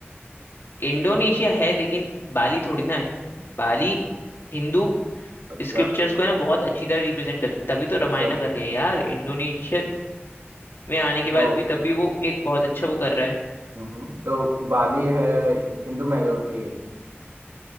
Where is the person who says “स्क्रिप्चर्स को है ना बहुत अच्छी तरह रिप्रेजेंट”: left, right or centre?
Left